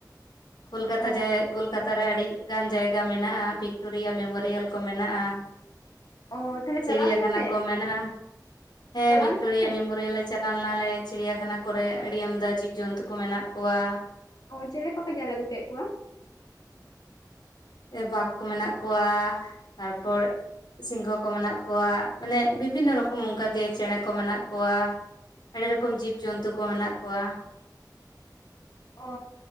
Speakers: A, on the left; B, on the left.
A: ᱠᱳᱞᱠᱟᱛᱟ
B: ᱚ
A: ᱡᱟᱭ ᱠᱳᱞᱠᱟᱛᱟᱨᱮ ᱟᱹᱰᱤ ᱜᱟᱱ ᱡᱟᱭᱜᱟ ᱢᱮᱱᱟᱜᱼᱟ ᱵᱷᱤᱠᱴᱳᱨᱤᱭᱟ ᱢᱮᱢᱳᱨᱤᱭᱟᱞ ᱠᱚ ᱢᱮᱱᱟᱜᱼᱟ
B: ᱚ ᱛᱟᱦᱚᱞᱮ
A: ᱪᱤᱲᱤᱭᱟᱠᱷᱟᱱᱟ
B: ᱪᱟᱞᱟᱣ ᱞᱮᱱᱟ ᱯᱮ
A: ᱠᱚ ᱢᱮᱱᱟᱜᱼᱟ ᱦᱮᱸ
B: ᱪᱟᱞᱟᱣ
A: ᱵᱷᱤᱠᱴᱳᱨᱤᱭᱟ
B: ᱞᱮᱱᱟ ᱯᱮ
A: ᱢᱮᱢᱳᱨᱤᱭᱟᱞᱮ ᱪᱟᱞᱟᱣ ᱞᱮᱱᱟᱞᱮ ᱪᱤᱲᱤᱭᱟᱠᱷᱟᱱᱟ ᱠᱚᱨᱮ ᱟᱹᱰᱤ ᱟᱢᱫᱟ ᱡᱤᱵᱽ ᱡᱚᱱᱛᱩ ᱠᱚ ᱢᱮᱱᱟᱜ ᱠᱚᱣᱟ
B: ᱚ ᱪᱮᱞᱮ ᱠᱚᱯᱮ ᱧᱮᱞ ᱟᱹᱜᱩ ᱠᱮᱫ ᱠᱚᱣᱟ
A: ᱵᱟᱜᱽ ᱠᱚ ᱢᱮᱱᱟᱜ ᱠᱚᱣᱟ ᱛᱟᱨᱯᱚᱨ ᱥᱤᱝᱜᱷᱚ ᱠᱚ ᱢᱮᱱᱟᱜ ᱠᱚᱣᱟ ᱢᱟᱱᱮ ᱵᱤᱵᱷᱤᱱᱱᱚ ᱨᱚᱠᱚᱢ ᱚᱱᱠᱟᱜᱮ ᱪᱮᱸᱬᱮ ᱠᱚ ᱢᱮᱱᱟᱜ ᱠᱚᱣᱟ ᱟᱹᱰᱤ ᱨᱚᱠᱚᱢ ᱡᱤᱵᱽᱡᱚᱱᱛᱩ ᱠᱚ ᱢᱮᱱᱟᱜ ᱠᱚᱣᱟ
B: ᱚ